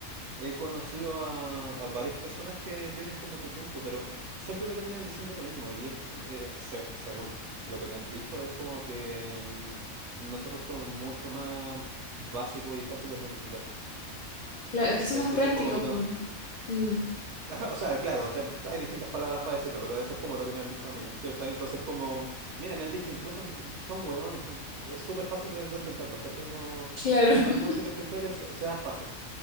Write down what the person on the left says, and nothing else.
Claro, es
que son más
prácticos
porque... Mm,
claro,
<laughs>